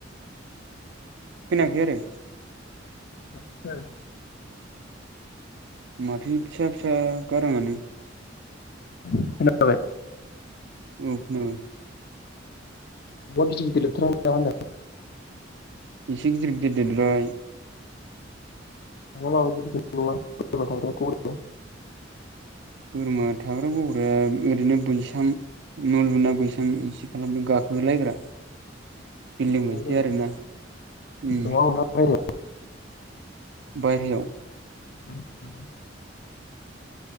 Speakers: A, on the right; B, on the left.
A: खोनाखै आरो
B: दासो खोनादों
A: माथो फिसा फिसा गारांङानो
B: खोनाबाय
A: औ खोनाबाय
B: बहद गिदिर गिदिर देरथारबाय नामा होनदां
A: एसे गिदिर गिदिर देरबाय
B: <unintelligible>
A: बोरमा थाग्रा गग्राया ओरैनो बैसां न' लुना बैसां इसे खालामदों गाखोलायग्रा बिल्डिं
B: न'वावनो
A: बायदि आरोना उम
B: न'आव ना बाहेरायाव।
A: बाहेरायाव
B: आरो मा